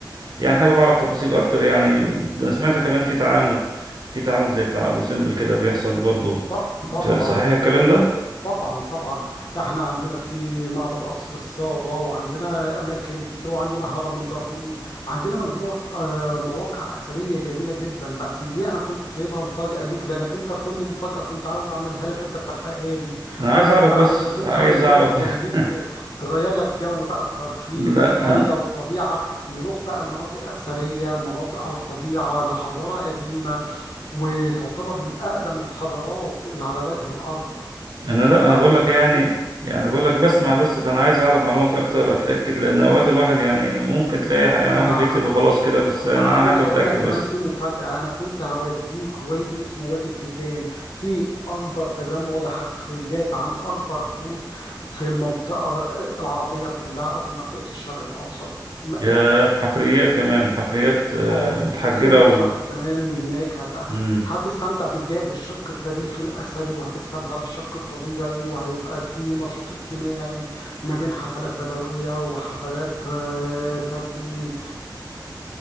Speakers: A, on the right (about 60°); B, on the left (about 60°).
A: يعني حابب أعرف تفاصيل أكتر يعني ده أنا سمعت كمان في تعامد في تعامد زي بتاع أبو سمبل كده بيحصل برضو
B: ط- طبعا
A: ف- صحيح الكلام ده؟
B: طبعا طبعا احنا عندنا في معبد قصر الصاغة وعندنا اماكن كتير وعندنا هرم اللاهون عندنا مجموعة آه، مواقع اثرية جميلة جدا بس دي انا كنت سايبها مفاجأة ليك لانك انت كل مفاجأة كنت عاوز اعملها لك انت بتحرقها لي
A: انا
B: فانا
A: عايز
B: كنت
A: اعرف
B: عاوز
A: بس
B: اديك
A: عايز
B: حاجة كده
A: اعرف
B: تخليك
A: <laughs>
B: تغير لك جو بقى الترفيه
A: لا
B: والمية
A: انا
B: والطبيعة نروح بقى المناطق اثرية مناطق على الطبيعة لحضارة قديمة وتعتبر من اقدم الحضارات اللي على وجه الارض
A: أنا لا
B: حضرت
A: انا بقول
B: الفيوم
A: لك يعني يعني بقول لك بسمع بس فانا عايز اعرف معلومات اكتر اتاكد لان اوقات الواحد يعني ممكن تلاقي يعني
B: ده
A: واحد
B: انا
A: بيكتب وخلاص كده بس انا
B: عاوز
A: حابب
B: اقول
A: اتاكد
B: لك كمان
A: بس
B: في مفاجأة انا كنت هوديك وادي اسمه وادي الحيتان في اكبر تجمع لحفريات عن اكبر حوت في المنطقة العربية كلها او في منطقة الشرق الاوسط ما-
A: يا
B: يعني
A: حفريات كمان حفريات آه،
B: اه
A: متحجره
B: وفي متحف
A: و
B: كمان هناك هت...
A: مم.
B: هتستمتع بالج- بالشق التاريخي الأثري وهتستمتع بالشق الطبيعي وهيبقى في نشاط اجتماعي ما بين حفلات بدوية وحفلات آه، تلوين